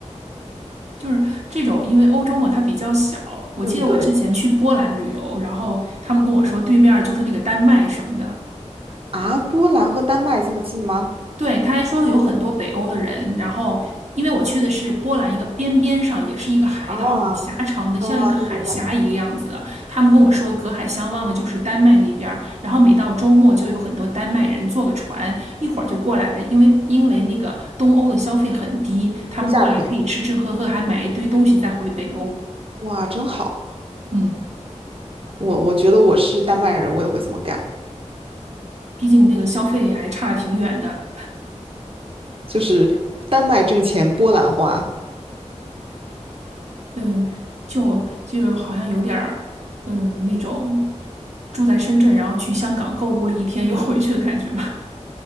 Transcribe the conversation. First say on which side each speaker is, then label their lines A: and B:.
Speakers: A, on the right; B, on the right.
A: 就是这种，因为欧洲嘛，它比较小。我记得我之前去波兰旅游，
B: 嗯，对。
A: 然后他们跟我说对面儿就是那个丹麦什么的。
B: 啊，波兰和丹麦这么近吗？
A: 对，他还说有很多北欧的人。然后因为我去的是波兰一个边边上，也是一个海岛，
B: 啊
A: 很狭长的，像一个海峡一个样子的。
B: 啊，那种感觉，
A: 他们跟我说隔海相望的就是丹麦那边儿然后每到周末就有很多丹麦人坐个船，一会儿就过来了，因为因为那个东欧的消费很低，他们过来可以吃吃喝喝，
B: 物价便宜，
A: 还买一堆东西再回北欧。
B: 哇，真好！
A: 嗯。
B: 我我觉得我是丹麦人，我也会这么干，
A: 毕竟那个消费还差的挺远的。
B: 就是丹麦挣钱，波兰花。
A: 嗯，就就好像有点儿，嗯，那种住在深圳，然后去香港购物了一天又回去的感觉嘛，